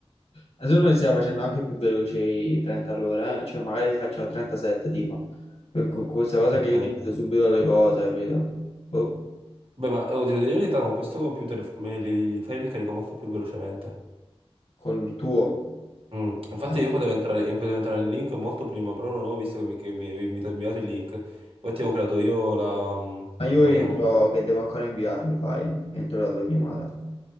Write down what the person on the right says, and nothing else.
Ok.
Beh, ma oh, devo dire la verità, con questo computer f- me li, i file li carico molto più velocemente.
Mm, Infatti
io potevo entrare, io potevo entrare nel link molto prima, però non avevo visto che mi, che mi avevi invita- inviato il link. Infatti avevo creato io la, mm,
la
chiamata.